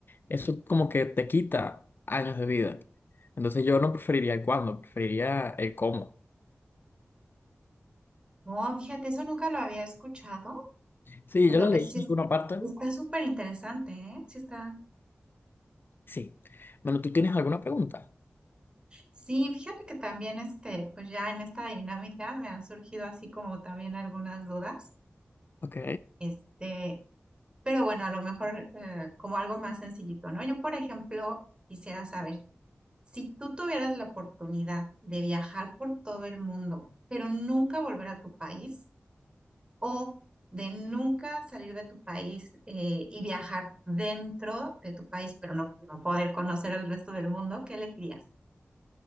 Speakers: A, on the left; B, on the right.
A: eso como que te quita años de vida. Entonces yo no preferiría el cuándo, preferiría el cómo.
B: No, fíjate, eso nunca lo había escuchado,
A: Sí,
B: pero
A: yo lo leí
B: es, sí
A: en
B: es-
A: alguna parte.
B: está súper interesante, ¿eh? Sí está
A: Sí. Bueno, ¿tú tienes alguna pregunta?
B: Sí, fíjate que también este, pues ya en esta dinámica me han surgido así como también algunas dudas,
A: Ok.
B: este, pero bueno, a lo mejor eh, como algo más sencillito, ¿no? Yo, por ejemplo, quisiera saber, si tú tuvieras la oportunidad de viajar por todo el mundo, pero nunca volver a tu país, o de nunca salir de tu país eh, y viajar dentro de tu país, pero no, no poder conocer el resto del mundo, ¿qué elegirías?